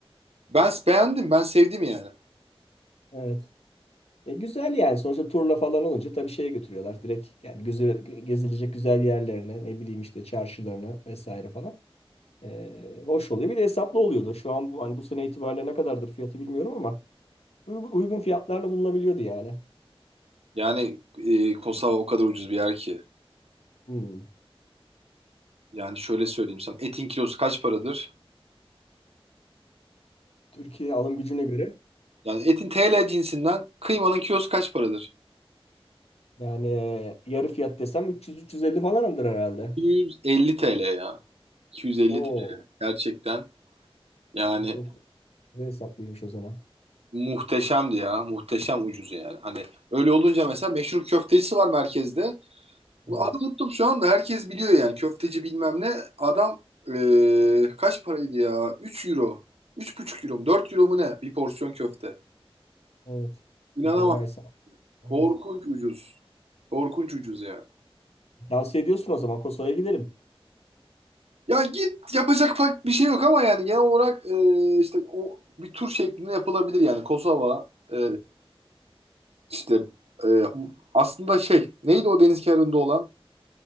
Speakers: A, on the right; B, on the left.
A: ben beğendim. Ben sevdim yani.
B: evet. E, güzel yani. Sonuçta turla falan olunca tabii şeye götürüyorlar. Direkt yani gözü, gezilecek güzel yerlerine, ne bileyim işte çarşılarına vesaire falan. E, hoş oluyor. Bir de hesaplı oluyordu. Şu an bu, hani bu sene itibariyle ne kadardır fiyatı bilmiyorum ama uy- uygun fiyatlarla bulunabiliyordu yani.
A: Yani e, Kosova o kadar ucuz bir yer ki.
B: Hmm.
A: Yani şöyle söyleyeyim sana. Etin kilosu kaç paradır?
B: Türkiye alım gücüne göre
A: Yani etin TL cinsinden kıymanın kilosu kaç paradır?
B: yani e, yarı fiyat desem 300-350 falandır herhalde.
A: 250 TL ya. 250
B: Oo,
A: TL. Gerçekten yani
B: çok hesaplıymış o zaman.
A: muhteşemdi ya. Muhteşem ucuz yani. Hani öyle olunca mesela meşhur köftecisi var merkezde.
B: Evet,
A: Bunu adı unuttum şu anda. Herkes biliyor yani. Köfteci bilmem ne. Adam eee, kaç paraydı ya? 3 euro. üç buçuk euro mu? 4 euro mu ne? Bir porsiyon köfte.
B: evet.
A: İnanamam.
B: E, bayağı hesap.
A: Korkunç
B: Evet.
A: ucuz. Korkunç ucuz yani.
B: Tavsiye ediyorsun o zaman Kosova'ya gidelim.
A: Ya git yapacak fark bir şey yok ama yani genel olarak e, işte o bir tur şeklinde yapılabilir yani Kosova e, işte e, aslında şey neydi o deniz kenarında olan